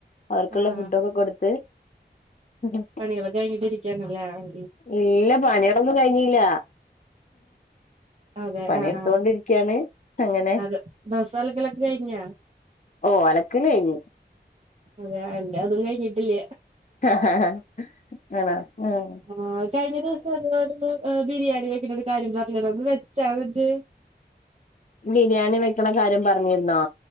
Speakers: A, on the left; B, on the right.
A: അവർക്കുള്ള
B: ആഹ്
A: ഫുഡൊക്കെ കൊടുത്ത് ഉം
B: പണികളൊക്കെ കഴിഞ്ഞിട്ട് ഇരിക്കാണല്ലേ ഉം
A: ഇല്ല പണികളൊന്നും കഴിഞ്ഞില്ല
B: അതെ
A: പണിയെടുത്തോണ്ടിരിക്കയാണ്
B: ആഹ് ആഹ്
A: അങ്ങനെ
B: അല ഡ്രസ്സ് അലക്കലൊക്കെ കഴിഞ്ഞാ
A: ഓ അലക്കല് കഴിഞ്ഞു
B: അതെയോ എന്റെ അതും കഴിഞ്ഞിട്ടില്ല
A: ഹ ഹ ഹ ആണോ ആഹ്
B: ആഹ് കഴിഞ്ഞ ദിവസം എന്തോ ഒരു ബിരിയാണി വെക്കണ ഒരു കാര്യം പറഞ്ഞില്ലേ അത് വെച്ചാ എന്നിട്ട്
A: ബിരിയാണി വെക്കണ കാര്യം പറഞ്ഞിരുന്നോ